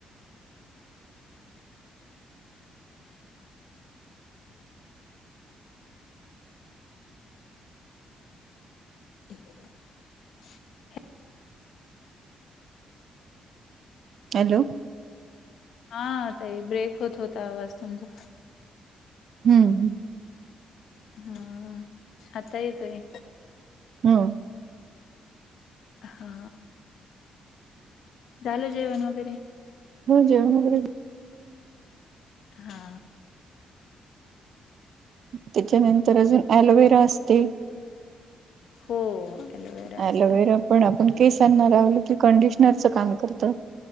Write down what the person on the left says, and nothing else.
<inaudible>
हा ताई break होत होता आवाज तुमचा.
हम आता येतोय.
हा झालं जेवण वगैरे?
हा
हो एलोवेरा असतय